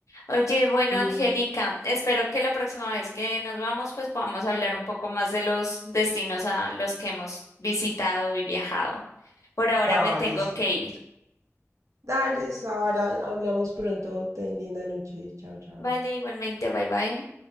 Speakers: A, on the left; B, on the right.
A: Oye, bueno,
B: Ujú.
A: Angélica, espero que la próxima vez que nos vamos, pues podamos hablar un poco más de los destinos a los que hemos visitado y viajado. Por ahora
B: Dale,
A: me tengo
B: sí.
A: que ir.
B: Dale, Sara, hablamos pronto. Ten linda noche. Chao, chao.
A: Vale, igualmente, bye bye.